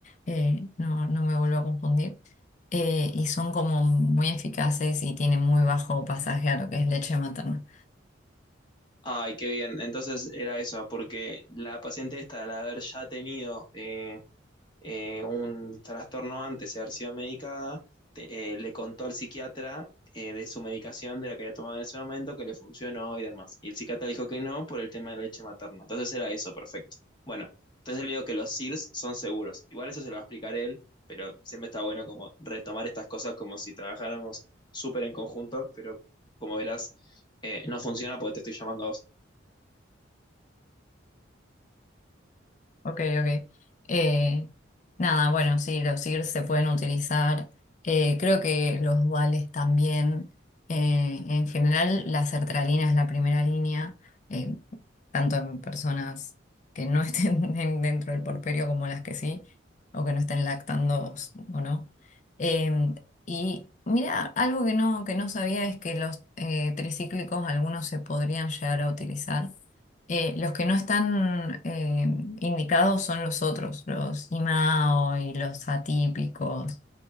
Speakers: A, on the left; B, on the left.
A: eh, no, no me vuelvo a confundir. Eh, y son como muy eficaces y tienen muy bajo pasaje a lo que es leche materna.
B: Ay, qué bien, entonces era eso, porque la paciente esta, al haber ya tenido eh, eh, un trastorno antes de haber sido medicada, te- eh, le contó al psiquiatra eh, de su medicación, de la que había tomado en ese momento, que le funcionó y demás. Y el psiquiatra dijo que no por el tema de la leche materna. Entonces era eso, perfecto. Bueno, entonces le digo que los SIRS son seguros. Igual eso se lo va a explicar él, pero siempre está bueno como retomar estas cosas como si trabajáramos súper en conjunto, pero como verás, eh, no funciona porque te estoy llamando a vos.
A: Ok, ok. Eh, nada, bueno, sí, los IRS se pueden utilizar. Eh, creo que los duales también. Eh, en general, la sertralina es la primera línea, eh, tanto en personas que no <laughs> estén en- dentro del porperio como las que sí, o que no estén lactando s- o no. Eh, y mira, algo que no, que no sabía es que los eh, tricíclicos, algunos se podrían llegar a utilizar. Eh, los que no están eh, indicados son los otros, los IMAO y los atípicos.